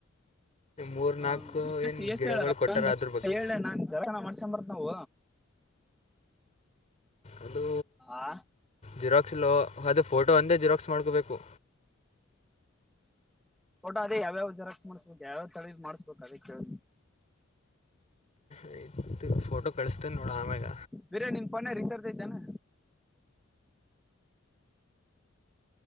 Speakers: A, on the left (about 35°); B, in the centre.
A: ಮೂರು
B: ಹ
A: ನಾಲ್ಕು ಏನು
B: ಎಸ್ ಎಸ್
A: ಗಿಡಗಳು
B: ಹೇಳಾರ
A: ಕೊಟ್ಟಾರ
B: ನಗೆ
A: ಅದ್ರ ಬಗ್ಗೆ
B: ಹೇಳ ನಾ ಜತನ ಮಾಡಸೊಂಡ್ ಬರತ್ ನಾವು
A: ಅದು
B: ಆ
A: ಜಿರಾಕ್ಸ್ಲು ಅದು ಫೋಟೋ ಅಂದೇ ಜಿರಾಕ್ಸ್ ಮಾಡ್ಕೋಬೇಕು
B: ಫೋಟೋ ಅದ್ಯಾವ ಜರಾ ಮಾಡಸ್ಬೇಕು ಯಾವ್ ತಡೆದ್ ಮಾಡ್ಸ್ಬೇಕು ಅದೇ ಕೇಳ
A: ಆಯ್ತ್ ಫೋಟೋ ಕಳಸ್ತೇನೆ ನೋಡ ಆಮ್ಯಾಗ
B: ಬೇರೆ ನಿ ಪಣನೆ ರಿಚಾರ್ಜ್ ಇದ್ದಾನಾ